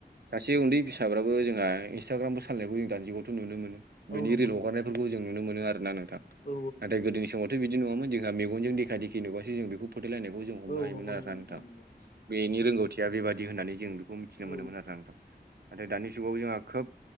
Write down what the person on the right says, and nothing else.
सासे उन्दै फिसाफ्राबो जोंहा इन्सटाग्रामफोर सालनायखौ जों दानिजुगावथ' नुनो मोनो
बेनि
रिल
हगारनायफोरखौ
जों नुनो मोनो आरोना नाथाय
गोदोनि समावथ' बिदि नङामोन जोंहा मेगनजों देखा देखि नुबासो जों बेखौ फोथालायनायखौ जों हमनो
हायोमोन
आरोना
नोंथां
बेनि रोंगौथिया बेबादि होननानै जों बे मिथिनो
मोनोमोन आरो आंथ' नाथाय दानि जुगाव जोंहा खोब